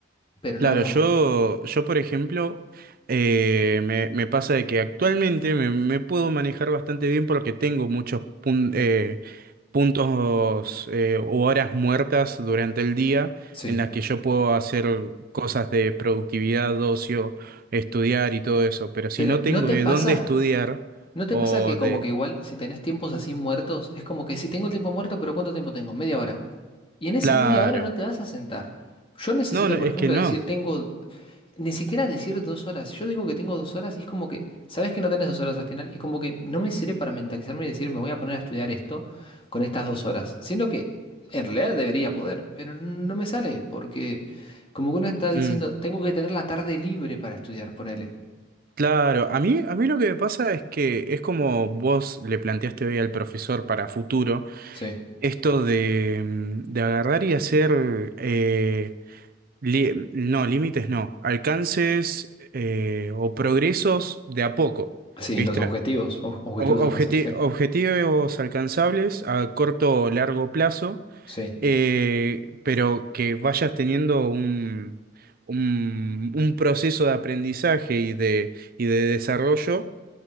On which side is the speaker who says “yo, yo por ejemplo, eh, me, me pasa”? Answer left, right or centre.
Right